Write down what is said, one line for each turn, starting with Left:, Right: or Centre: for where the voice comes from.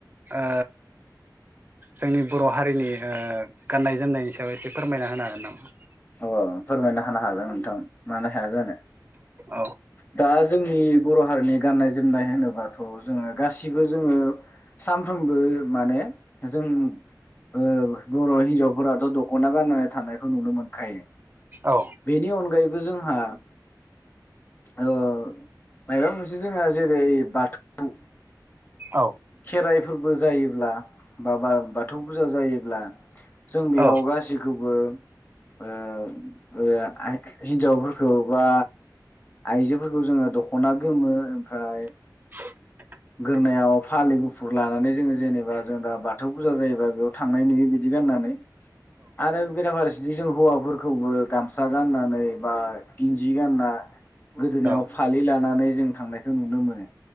Right: ओ जोंनि बर' हारिनि ओ गाननाय जोमनायनि सायाव एसे फोरमायना होनो हागोन नामा?
Left: औ आं फोरमायना होनो हागोन नोंथां मानो हाया जानो
Right: औ
Left: दा जोंनि बर' हारिनि गाननाय जोमनाय होनोबाथ' जोङो गासिबो जोङो सानफ्रोमबो माने जों ओ बर' हिनजावफोराथ' दख'ना गाननानै थानायखौ नुनो मोनो खायनो
Right: औ
Left: बेनिअनगायैबो जों आ ओ मायबा मोनसे जोङो जेरै बाथौ
Right: औ
Left: खेराइ फोरबो जायोब्ला माबा बाथौ फुजा जायोब्ला जों बेयाव
Right: औ
Left: गासैखौबो उम <unintelligible> आइ हिन्जावफोरखौबा आइजोफोरखौ जोङो दख'ना गोमो ओमफ्राय
Right: <inaudible>
Left: <unintelligible> फालि गुफुर लानानै जोङो जेनेबा जों दा बाथौ फुजा जायोबा बेयाव थांनाय नुयो बिदि गाननानै आरो बेरा फारसे बिदि जों हौवाफोरखौबो गामसा गाननानै बा गिन्जि गानना गोदोनायाव
Right: औ
Left: फालि लानानै जों थांनाय खौ नुनो मोनो